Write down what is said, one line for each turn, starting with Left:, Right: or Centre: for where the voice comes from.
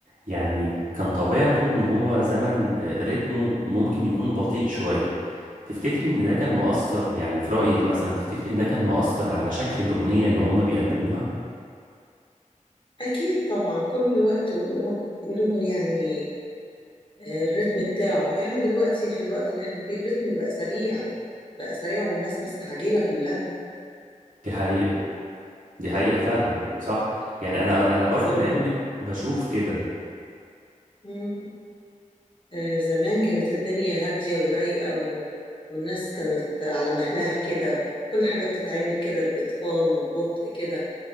Right: يعني كان طبيعته ان هو زمن آه، رتمه ممكن يكون بطيء شوية تفتكري ان ده كان مؤثر يعني في رأيك مثلا تفتكري ان ده كان مؤثر على شكل الأغنية اللي هم بيقدموها
Left: اكيد طبعا كل وقت وله وله يعني الريتم بتاعه احنا دلوقتي في الوقت اللي احنا فيه الريتم بقى سريع بقى سريع والناس مستعجلة كلها
Right: دي حقيقة دي حقيقة فعلا
Left: يعني
Right: صح يعني انا
Left: اه
Right: انا برضو
Left: زمان
Right: لعلمك بشوف كده
Left: مم. آه، زمان كانت الدنيا هادية ورايقة و... والناس كانت على مهلها كده كل حاجة بتتعمل كده بإتقان وببطء كده